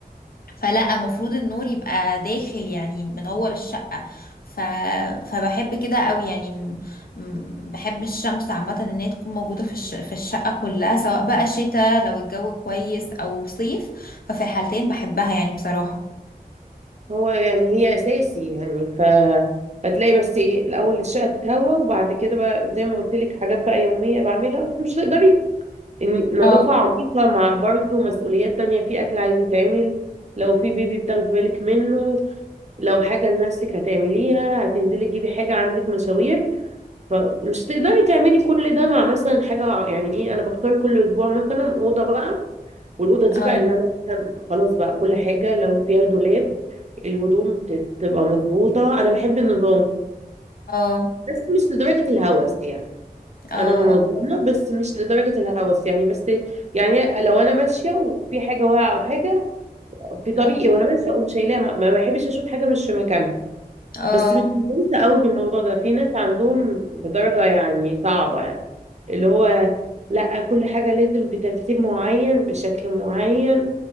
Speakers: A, on the left (about 70°); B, on the right (about 45°).
A: فلا المفروض النور يبقى داخل يعني منور الشقة ف... فبحب كده قوي يعني م... م- بحب الشمس عامة ان هي تكون موجودة في الش... في الشقة كلها سواء بقى شتاء لو الجو كويس او صيف ففي الحالتين بحبها يعني بصراحة
B: هو يعني هي أساسي يعني ف فتلاقي بس ايه الأول الشقة تتهوى وبعد كده بقى زي ما قلت لك حاجات بقى يومية بعملها بس مش تقدري إن- نظافة
A: اه
B: عميقة مع برضه مسؤوليات تانية في أكل عايز يتعمل لو في بيبي بتاخدي بالك منه لو حاجة لنفسك هتعمليها هتنزلي تجيبي حاجة عندك مشاوير فمش تقدري تعملي كل ده مع مثلا حاجة يعني ايه أنا بختار كل أسبوع مثلا أوضة بقى والاوضه دي
A: اه
B: بقى ان انا مثلا خلاص بقى كل حاجه لو فيها دولاب الهدوم ت- تبقى مظبوطه انا بحب النظام
A: اه
B: بس مش لدرجه الهوس يعني
A: اه
B: انا منظمه بس مش لدرجه الهوس يعني بس يعني لو انا ماشيه وفي حاجه واقعه او حاجه في طريقي
A: اه
B: وانا ماشيه اقوم شايلاها ما ما بحبش اشوف حاجه مش في مكانها
A: اه
B: بس مش مهتمه قوي بالموضوع ده في ناس عندهم بدرجه يعني صعبه يعني اللي هو لا كل حاجه لازم بترتيب معين بشكل معين